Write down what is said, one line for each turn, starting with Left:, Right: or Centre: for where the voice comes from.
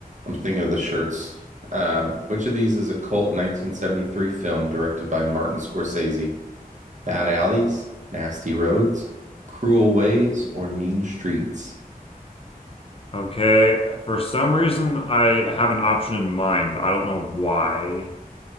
Right: I'm thinking of the shirts. Um, which of these is a cult 1973 film directed by Martin Scorsese? Bad Alleys, Nasty Roads, Cruel Ways, or Mean Streets?
Left: Okay. For some reason I have an option in mind, but I don't know why.